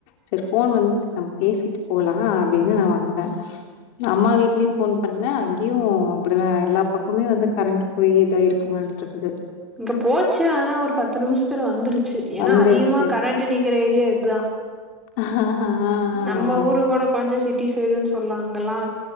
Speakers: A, on the left; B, in the centre.
A: சேர் ஃபோன் வந்துச்சு நாம பேசிட்டு போலா அப்டின்னு நா வந்த நா அம்மா வீட்லியு ஃபோன் பண்ண அங்கயு அப்புடிதா எல்லா பக்கமே வந்து கரண்ட் போயி இதா இருக்கு மாரிட்டு இருக்குது
B: இங்க போச்சு ஆனா ஒரு பத்து நிம்ஷத்துல வந்துருச்சு ஏன்னா
A: வந்துருச்சு
B: அதிகமா கரண்ட்டு நீக் இருக்குற ஏரியா இதா
A: ஆ ஆ
B: நம்ம
A: ஆ
B: ஊரு கூட கொஞ்சோ சிட் டி சைடுன்னு சொல்லாங்கலா